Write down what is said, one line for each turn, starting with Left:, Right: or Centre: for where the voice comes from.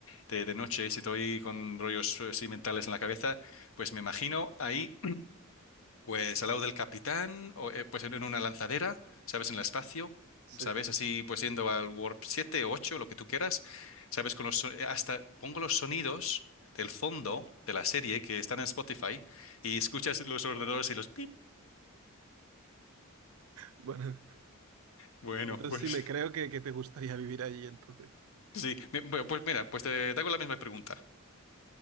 Left: De, de noche, si estoy con rollos así mentales en la cabeza, pues me imagino ahí, pues al lado del capitán, o eh, pues en, en una lanzadera, ¿sabes? En el espacio,
Right: Sí.
Left: ¿sabes? Así, pues yendo al Warp 7 o 8, lo que tú quieras, ¿sabes? Con los, so- eh, hasta pongo los sonidos del fondo de la serie que están en Spotify y escuchas los ordenadores y los pip.
Right: Bueno,
Left: Bueno,
Right: entonces
Left: pues
Right: sí me creo que, que te gustaría vivir allí entonces.
Left: sí, mi- bu- pues mira, pues te, te hago la misma pregunta.